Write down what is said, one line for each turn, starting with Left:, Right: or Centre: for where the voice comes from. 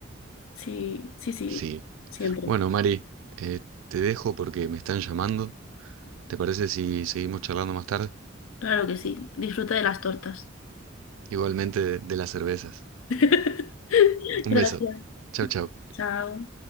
Left: Sí, sí, sí,
Right: Sí.
Left: siempre.
Right: Bueno, Mari, eh, te dejo porque me están llamando. ¿Te parece si seguimos charlando más tarde?
Left: Claro que sí. Disfruta de las tortas.
Right: Igualmente de de las cervezas.
Left: <laughs>
Right: Un
Left: Gracias.
Right: beso. Chau, chau.
Left: Chao.